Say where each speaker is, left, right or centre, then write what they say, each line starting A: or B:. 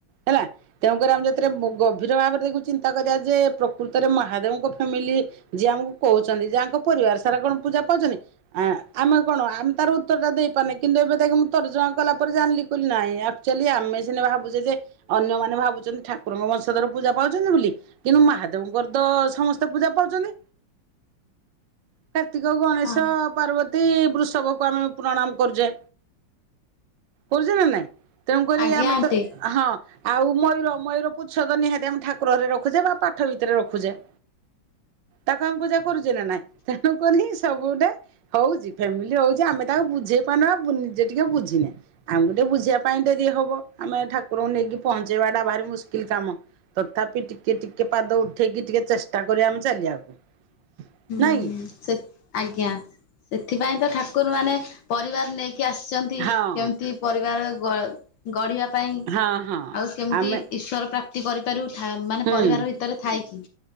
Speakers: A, on the right (about 70°); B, on the left (about 70°).
A: ହେଲା। ତେୁକରି ଆମେ ଯେତେବେଳେ ଗଭୀର ଭାବରେ ଦେଖୁ ଚିନ୍ତା କରିବା ଯେ ପ୍ରକୃତରେ ମହାଦେବଙ୍କ ଫ୍ୟାମିଲି ଯିଏ ଆମକୁ କହୁଛନ୍ତି ଯାହାଙ୍କ ପରିବାର ସାରା କଣ ପୂଜା ପାଉଚନ୍ତି ଆ ଆମେ କଣ ଆମେ ତାର ଉତ୍ତର ଟା ଦେଇପାରୁନେ। କିନ୍ତୁ ଏବେ ଦେଖ୍ ମୁଁ ତାର ତର୍ଜମା କଲା ପରେ ଜାଣିଲି କହିଲି ନାହିଁ ଆକଚୁଆଲି ଆମେ ସିନା ଭାବୁଚେ ଯେ ଅନ୍ୟମାନେ ଭାବୁଛନ୍ତି ଠାକୁରଙ୍କ ବଂଶଧର ପୂଜା ପାଉଛନ୍ତି ବୋଲି। କିନ୍ତୁ ମହାଦେବଙ୍କର ତ ସମସ୍ତେ ପୂଜା ପାଉଛନ୍ତି। କାର୍ତ୍ତିକ, ଗଣେଶ,
B: ହଁ
A: ପାର୍ବ ତୀ ବୃଷଭକୁ ଆମେ ପ୍ରଣାମ କରୁଚେ। କରୁଚେ ନା ନାଇଁ? ତେଣୁକରି
B: ଆଜ୍ଞା
A: ଆମେ
B: ଆଣ୍ଟି
A: ତ ହଁ ଆଉ ମୟୂର ମୟୂର ପୁଚ୍ଛ ତ ନିହାତି ଆମେ ଠାକୁର ଘରେ ରଖୁଚେ ବା ପାଠ ଭିତରେ ରଖୁଚେ। ତାକୁ ଆମେ ପୂଜା କରୁଚେ ନା ନାଇଁ। ତେଣୁକରିି ସବୁଟେ ହଉଚି ଫ୍ୟାମିଲି ହଉଚି ଆମେ ତାକୁ ବୁଝେଇ ପାରୁନେ ବା ନିଜେ ଟିକେ ବୁଝିିନେ। ଆମକୁ ଟିକେ ବୁଝିବା ପାଇଁ ଡେରି ହବ। ଆମେ ଠାକୁରଙ୍କୁ ନେଇକି ପହଞ୍ଚେଇବା ଟା ଭାରି ମୁସ୍କିଲ କାମ। ତଥାପି ଟିକେ ଟି ଟିକେ ପାଦ ଉଠେଇକି ଟିକେ ଚେଷ୍ଟା କରିବା ଆମେ ଚାଲିବାକୁ।
B: ହୁଁ
A: ନାଇଁ କି?
B: ସେ ଆଜ୍ଞା। ସେଥିପାଇଁ ତ ଠାକୁର ମାନେ ପରିବାର ନେଇକି ଆସିଛନ୍ତି
A: ହଁ
B: କେମିତି ପରିବାର ଗ ଗଢିବା ପାଇଁ।
A: ହଁ ହଁ
B: ଆଉ କେମିତି
A: ଆମେ
B: ଈଶ୍ୱର ପ୍ରାପ୍ତ ପ୍ତି କରିପାରୁବୁ ଥା ମାନେ
A: ହୁଁ
B: ପରିବାର ଭିତରେ ଥାଇକି।